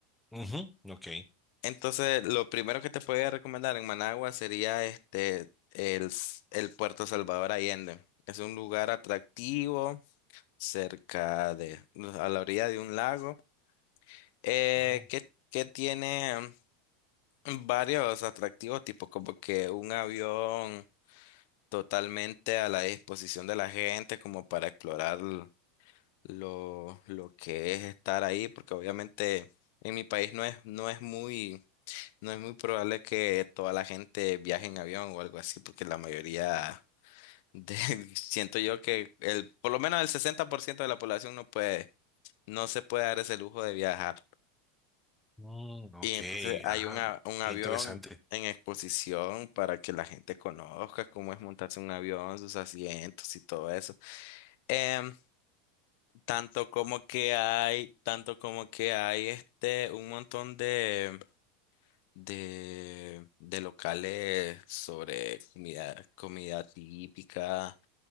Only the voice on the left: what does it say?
Entonces, lo primero que te podría recomendar en Managua sería este el, s- el Puerto Salvador Allende. Es un lugar atractivo cerca de, a la orilla de un lago, eh,
que, que tiene. varios atractivos, tipo como que un avión totalmente a la disposición de la gente, como para explorar l- lo, lo que es estar ahí, porque obviamente en mi país no es, no es muy, no es muy probable que toda la gente viaje en avión o algo así, porque la mayoría de, <laughs> siento yo que el, por lo menos el 60% de la población no puede, no se puede dar ese lujo de viajar.
Y entonces hay
una- un avión
en exposición para que la gente conozca cómo es montarse un avión, sus asientos y todo eso. Em, tanto como que hay, tanto como que hay este un montón de de, de locales sobre comida, comida típica.